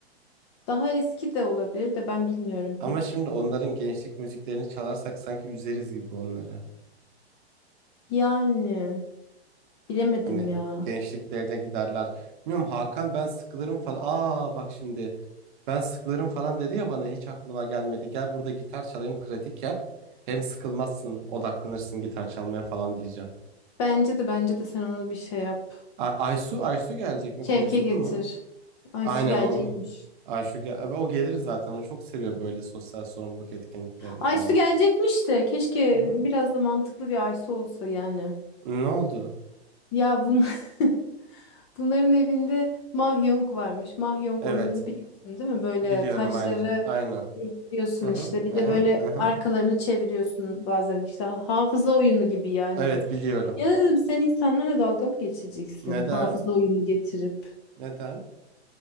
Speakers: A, on the left; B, on the right.
A: Daha eski de olabilir de ben bilmiyorum
B: Ama
A: pek.
B: şimdi onların gençlik müziklerini çalarsak sanki üzeriz gibi onları.
A: Yani bilemedim
B: Hani
A: ya.
B: gençliklerine giderler. Bilmiyorum Hakan ben sıkılırım falan. Aa bak şimdi ben sıkılırım falan dedi ya bana hiç aklıma gelmedi. Gel burada gitar çalayım pratik yap. Hem sıkılmazsın odaklanırsın gitar çalmaya falan diyeceğim.
A: Bence de bence de sen onu bir şey yap.
B: A- Aysu Aysu gelecek mi
A: Şevke
B: konuştun
A: getir.
B: mu?
A: Aysu
B: Aynen
A: gelecekmiş.
B: onu. Ayşu gel Abi o gelir zaten o çok seviyor böyle sosyal sorumluluk etkinliklerini
A: Aysu
B: falan.
A: gelecekmiş de keşke
B: Hı hı.
A: biraz da mantıklı bir Aysu olsa yani.
B: Ne oldu?
A: Ya bun <laughs> bunların evinde Mahjong varmış. Mahjong
B: Evet
A: oyununu biliyorsun değil mi? Böyle
B: biliyorum
A: taşları
B: aynen aynen.
A: ekliyorsun
B: Hı hı
A: işte. Bir
B: hı
A: de
B: hı.
A: böyle
B: hı hı.
A: arkalarını çeviriyorsun bazen işte Ha- hafıza oyunu gibi yani.
B: Evet biliyorum.
A: Ya dedim sen insanlara dalga mı geçeceksin
B: Neden?
A: hafıza oyunu getirip?
B: Neden?